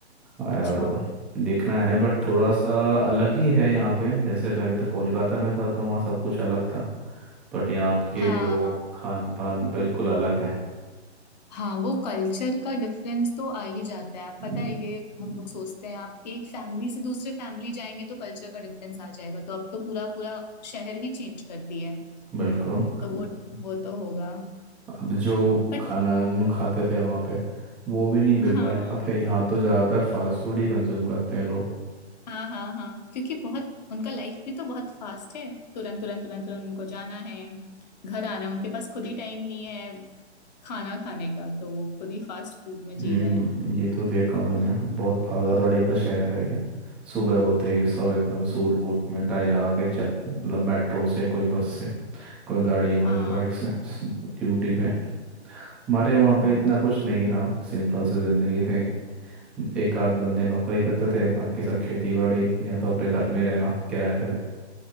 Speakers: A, in the centre; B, on the left.
A: और
B: अच्छा
A: देखना है बट थोड़ा सा अलग ही है यहाँ पे जैसे मैं अभी तक कोलकाता में था तो वहाँ सब कुछ अलग था बट यहाँ के
B: हाँ
A: लोग खान पान बिल्कुल अलग है
B: हाँ वो कल्चर का डिफरेंस तो आ ही जाता है आप
A: हम्म।
B: पता है ये हम लोग सोचते हैं आप एक फैमिली से दूसरे फैमिली जाएंगे तो कल्चर का डिफरेंस आ जाएगा तो अब तो पूरा पूरा शहर ही चेंज कर दिया है
A: बिल्कुल
B: तो वो वो तो होगा
A: अब जो
B: बट
A: खाना हम लोग खाते थे वहाँ पे वो भी नहीं मिल
B: हाँ
A: रहा है यहाँ पे यहाँ तो ज़्यादातर फास्ट फूड ही कंज्यूम करते हैं लोग
B: हाँ हाँ हाँ क्योंकि बहुत उनका लाइफ भी तो बहुत फास्ट है तुरंत तुरंत तुरंत तुरंत उनको जाना है घर आना है, उनके पास खुद ही टाइम नहीं है खाना खाने का तो वो खुद ही फास्ट फूड में जी
A: हम्म
B: रहे हैं
A: ये तो देखा मैंने बहुत भागा दौड़ी का शहर है ये सुबह होते ही सब एकदम सूट बूट में टाई लगा के चल मतलब मेट्रो से कोई बस से कोई गाड़ी हुआ
B: हाँ
A: कोई बाइक से ड्यूटी पे हमारे वहाँ
B: हम्म,
A: पे इतना कुछ नहीं था सिंपल सी जिंदगी थी एक आध बंदे नौकरी करते थे बाकी सब खेती बाड़ी या तो अपने घर में रहना किराए पर